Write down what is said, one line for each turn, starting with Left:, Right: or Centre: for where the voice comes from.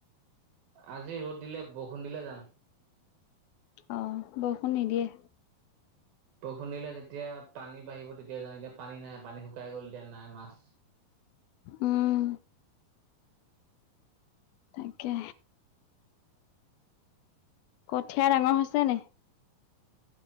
Right: আজি ৰ'দ দিলে, বৰষুণ দিলে যাম।
Left: অ, বৰষুণ নিদিয়ে।
Right: বৰষুণ দিলে যেতিয়া পানী বাঢ়িব তেতিয়া যাওঁ। এতিয়া পানী নাই পানী শুকাই গ'ল এতিয়া নাই মাছ।
Left: উম। তাকে। কঠীয়া ডাঙৰ হৈছে নে?